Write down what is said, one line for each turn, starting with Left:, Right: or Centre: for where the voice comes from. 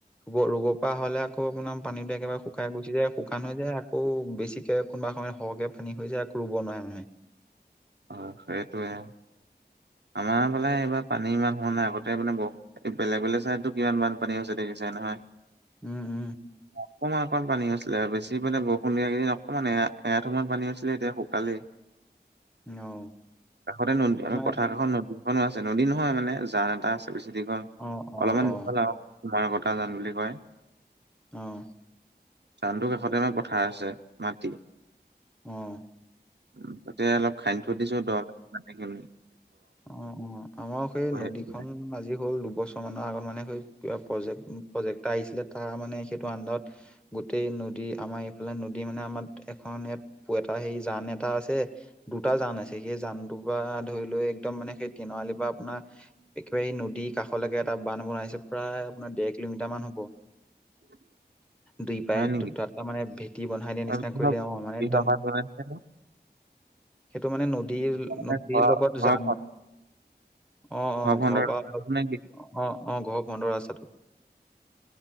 Centre: ৰো', - ৰোব পৰা হ'লে আকৌ আপোনাৰ পানীটো বেয়াকে বাৰো শুকাই গুচি যায় শুকান হৈ যায়', আকৌ বেছিক কে কোনোবা সময়ত সৰহকে পানী হৈ যায় আকৌ ৰোব নোৱাৰে মানুহে',
Right: অ', সেইটোৱে', আমাৰ ফালে এইবাৰ পানী ইমান হোৱা নাই আগতে মানে বহু', এই বেলেগ - বেলেগ চাইডতটো কিমান বানপানী হৈছে দেখিছাই নহয়',
Centre: উম', - উম',
Right: অ', অকমান অকমান পানী হৈছিলে আৰু বেছি পানে বৰষুণ দিয়া কেইদিন অকমান এয়া এআঠু সমান পানী হৈছিলে এতিয়া শুকালেই',
Centre: অ
Right: কাষতে নদী
Centre: আমাৰ
Right: আমা', কাষত নদী এখনো আছে নদী নহয় মানে জান এটা আছে বেছি দীঘল,
Centre: অ
Right: অলপমান
Centre: অ অ
Right: দীঘল আৰু', তোমাৰ কটা জান বুলি কয়',
Centre: উম',
Right: জানটো কাষতে আমাৰ পথাৰ আছে মাটি',
Centre: অহ',
Right: উ', তাতে অলপ খান্দি থৈ দিছোঁ দ মাটি খিনি',
Centre: অ', - অ', আমাৰ সেই
Right: কঢ়িয়াই
Centre: নদীখন
Right: পেলাই।
Centre: আজি হ'ল দুবছৰ', ছহ মাহ মানৰ আগত মানে সেই প্ৰজেক্ট উম', প্ৰজেক্ট এটা আহিছিলে তাৰ মানে সেইটো আন্ডাৰত', গোটেই নদী আমাৰ এইফালে নদী মানে আমাৰ এখন ইয়াত', পু এটা সেই জান এটা আছে, দুটা জান আছে, সেই জানটোৰ পৰা ধৰি লোৱা এক', একদম মানে সেই তিনিআলি পৰা আপোনাৰ এহ্', একেবাৰেই এই নদীৰ কাষলৈকে এটা বান্ধ বনাইছে প্ৰায় আপোনাৰ দেৰ কিলোমিটাৰ মান হ'ব',
Right: উম',
Centre: দুই পায়ে
Right: হয় নেকি,
Centre: দুটা এটা মানে ভেটি বনাই দিয়া নিচিনা
Right: আৰু কিহ
Centre: কৰিলে অ
Right: -
Centre: মানে
Right: কিহৰ
Centre: একদম
Right: বান্ধ বনাইছেনো?
Centre: সেইটো মানে নদীৰ -
Right: মানে
Centre: নদীৰ
Right: ঘৰ
Centre: লগত
Right: ঘৰ
Centre: জান', অ', - অ',
Right: ফ্ৰণ্টৰ
Centre: ঘৰৰ
Right: ৰাস্তাটোত
Centre: পৰা,
Right: নে
Centre: অ', - অ', ঘৰৰ পোন্ধৰ ৰাস্তাটো',